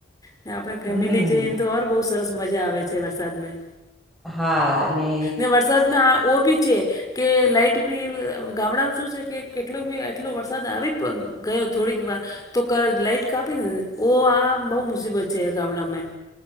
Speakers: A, on the left; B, in the centre.
A: ને આપણે ફેમિલી
B: હમ
A: જઈને તો ઓર બહુ સરસ મજા આવે છે વરસાદમાં.
B: હા અને
A: ને વરસાદમાં ઓ ભી છે. કે લાઇટ બી ગામડામાં શું છે કે કેટલો બી આટલો વરસાદ આવી ગયો થોડીક વાર તો લાઈટ કાપી નેને ઓ આ બહુ મુસીબત છે ગામડામાં.